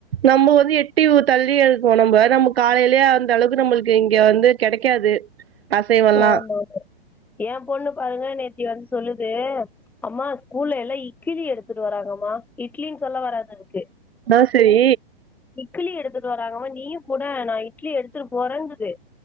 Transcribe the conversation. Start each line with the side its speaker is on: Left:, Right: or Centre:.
Right: நம்ப வந்து எட்டி தள்ளி இருக்கோ நம்ப நம்ப காலேலயே அந்த அளவுக்கு நம்பளுக்கு இங்க வந்து கெடைக்காது அசைவல்லா
Centre: ஆமாமா ஏ பொண்ணு பாருங்க நேத்தி வந்து சொல்லுது அம்மா ஸ்கூல்ல எல்லா இக்கிலி எடுத்துட்டு வராங்கம்மா இட்லின்னு சொல்ல வராது அதுக்கு
Right: ஆ செரி
Centre: இக்கிலி எடுத்துட்டு வறாங்கமா நீயு குடே நா இட்லி எடுத்துட்டு போறேங்குது